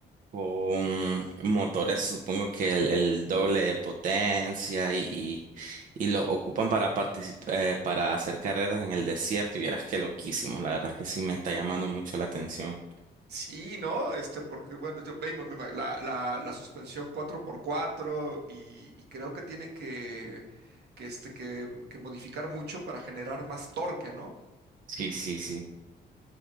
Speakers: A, on the right (about 50°); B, on the right (about 70°).
A: con motores supongo que el, el doble de potencia y, y, y los ocupan para participar, para hacer carreras en el desierto y vieras que loquísimos, la verdad es que sí me está llamando mucho la atención.
B: Sí, ¿no? Este, porque, bueno, te- ve- me- me- la, la, la suspensión cuatro por cuatro y, y creo que tienen que, que, este, que, que modificar mucho para generar más torque, ¿no?
A: Sí, sí, sí.